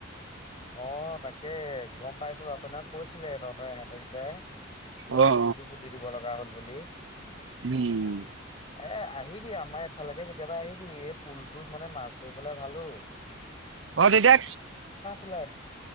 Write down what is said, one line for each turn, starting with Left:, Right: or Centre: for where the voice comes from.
Left: অঁ তাকে গম পাইছো বাৰু সেইদিনা কৈছিলে তহঁতৰ হেঁতে কেইটাই। তহঁতৰ
Right: অ অ
Left: পুখুৰীটো পুতি দিব লগা হল বুলি।
Right: উম
Left: এ আহিবি আমাৰ এফালেকে কেতিয়াবা আহিবি এই পুলটোত মানে মাছ ধৰি বলে ভাল ঔ।
Right: অঁ তেতিয়া
Left: ওলাই